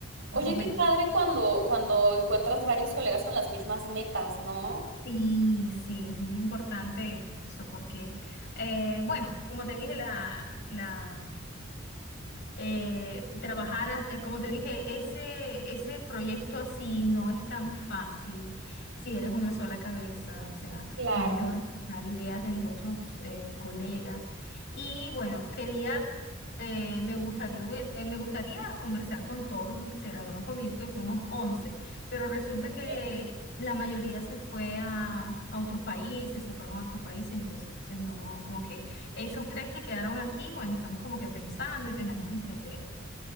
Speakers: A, on the right; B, on the left.
A: Oye,
B: más o menos.
A: qué padre cuando, cuando encuentras varios colegas con las mismas metas, ¿no?
B: Sí, sí, es muy importante eso porque, eh, bueno, como te dije, la, la eh, trabajar, a- eh, como te dije, ese, ese proyecto así no es tan fácil si eres una sola cabeza, o sea,
A: Claro.
B: es mejor dar ideas de los otros eh, colegas. Y bueno, quería, eh, me gustaría, hubies- eh, me gustaría conversar con todos los que se graduaron conmigo, que fuimos 11 pero resulta que
A: ¿Eh?
B: la mayoría se fue a, a otros países, se fueron a otros países, entonces no, como que esos tres que quedaron aquí, bueno, estamos como que pensando y tenemos esa idea.